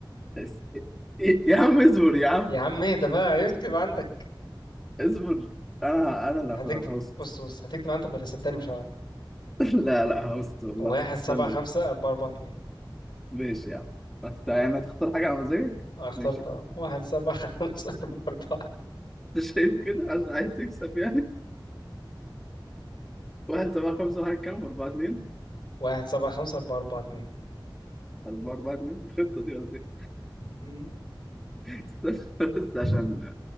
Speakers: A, in the centre; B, on the left.
A: بس- يا عم اصبر يا عم
B: يا عم اهدى بقى اكتب عندك
A: اصبر انا انا اللي
B: هتكتب
A: هوست
B: بص بص هتكتب عندك ولا صدقني مش هلعب
A: <laughs> لا لا هوست والله
B: واحد
A: استنى
B: سبعة خمسة
A: بس.
B: أربعة أربعة اتنين
A: ماشي يا عم انت يعني هتختار حاجة على مزاجك
B: أنا اخترت
A: ماشي يا
B: أهو.
A: عم
B: واحد سبعة <laughs> خمسة أربعة أربعة
A: <laughs> انت شايف كده عشان عايز تكسب يعني واحد سبعة خمسة واحد كام أربعة اتنين
B: واحد سبعة خمسة أربعة أربعة اتنين
A: أربعة أربعة اتنين <laughs> الخطة دي ولا إيه؟
B: مم.
A: استنى بس عشان
B: <laughs>